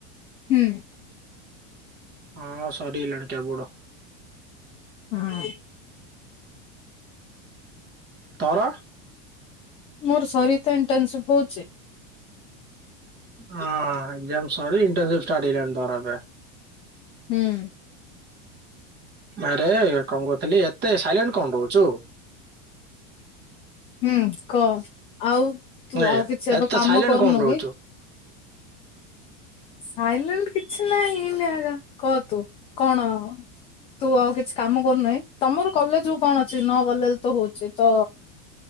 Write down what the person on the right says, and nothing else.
ହଁ ସରିଲାଣି କେବଡ।
ତର
ହଁ ଏକଜ୍ଜାମ ସରି ଇଣ୍ଟର୍ନସିପ ଷ୍ଟାର୍ଟ ହେଇଗଲାଣି ତମର ଏବେ?
ଆରେ କଣ କହୁଥିଲି ଏତେ ସାଇଲେଣ୍ଟ କଣ ରହୁଛୁ?
ଏ
ଏତେ
ସାଇଲେଣ୍ଟ
କଣ ରହୁଛୁ?